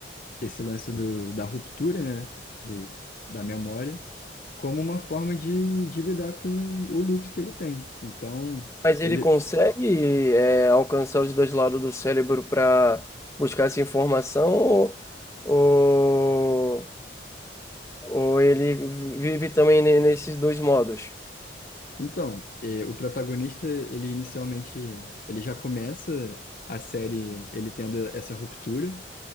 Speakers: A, on the left; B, on the left.
A: esse lance do, da ruptura, né, do, da memória, como uma forma de, de lidar com o luto que ele tem. Então,
B: Mas
A: ele
B: ele consegue é, alcançar os dois lados do cérebro para buscar essa informação ou, ou, ou ele vive também ne- nesses dois modos,
A: Então, eh, o protagonista, ele inicialmente, ele já começa a série ele tendo essa ruptura.